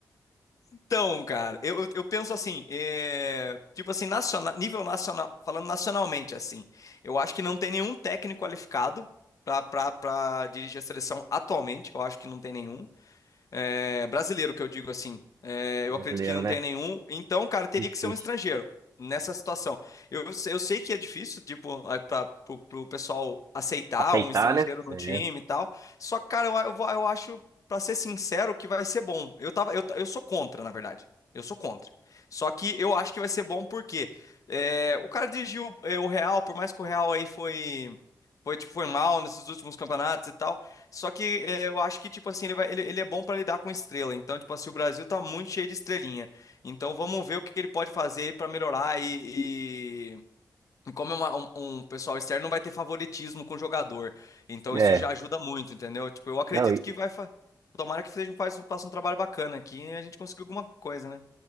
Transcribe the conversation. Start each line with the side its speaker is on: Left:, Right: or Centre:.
Left: Então, cara, eu, eu, eu penso assim, é, tipo assim, naciona- nível nacional, falando nacionalmente, assim, eu acho que não tem nenhum técnico qualificado pra pra- pra dirigir a seleção atualmente, eu acho que não tem nenhum. é, brasileiro, que eu digo assim. É, eu
Right: Brasileiro,
Left: acredito que não
Right: né?
Left: tenha nenhum. Então, cara, teria
Right: Difícil.
Left: que ser um estrangeiro nessa situação. Eu, eu sei que é difícil, tipo, para o pessoal aceitar
Right: Aceitar,
Left: um estrangeiro
Right: né?
Left: no
Right: É,
Left: time e tal. Só que, cara, eu, eu, vou- eu acho, para ser sincero, que vai ser bom. Eu tava, eu, ta- eu sou contra, na verdade. Eu sou contra. Só que eu acho que vai ser bom porque é, o cara dirigiu é, o Real, por mais que o Real aí foi, foi, tipo, foi mal nesses últimos campeonatos e tal. Só que é, eu acho que, tipo assim, ele vai, ele, ele é bom para lidar com estrela. Então, tipo assim, o Brasil tá muito cheio de estrelinha. Então, vamos ver o que, que ele pode fazer para melhorar. E, e- e como é uma- um, um pessoal externo, não vai ter favoritismo com o jogador. Então,
Right: é.
Left: isso já ajuda muito, entendeu? Tipo, eu acredito
Right: Não, e-
Left: que vai. fa- Tomara que seja, um- faz, um- faça um trabalho bacana aqui e a gente consiga alguma coisa, né?